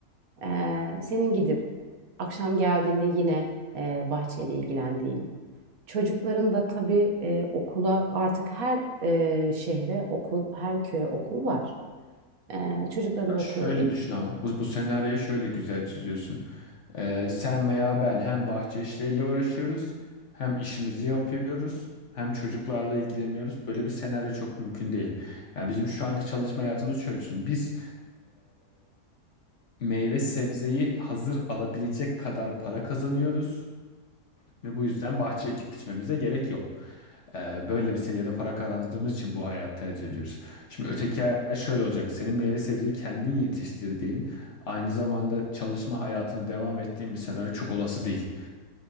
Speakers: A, on the right; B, on the left.
A: E, senin gidip akşam geldiğinde yine e, bahçeyle ilgilendiğin çocukların da tabii e, okula artık her e, şehre okul her köye okul var. Ee, çocukların
B: Ya
A: da okul
B: şöyle düşün ama bu, bu senaryoyu şöyle güzel çiziyorsun. E, sen veya ben hem bahçe işleriyle uğraşıyoruz, hem işimizi yapıyoruz, hem çocuklarla ilgileniyoruz. Böyle bir senaryo çok mümkün değil. Yani bizim şu anki çalışma hayatımız şöyle düşün. Biz meyve sebzeyi hazır alabilecek kadar para kazanıyoruz ve bu yüzden bahçe ekip biçmemize gerek yok. Ee, böyle bir seviyede para kazandığımız için bu hayatı tercih ediyoruz. Şimdi öteki hayat şöyle olacak. Senin meyve sebzeyi kendin yetiştirdiğin, aynı zamanda çalışma hayatına devam ettiğin bir senaryo çok olası değil.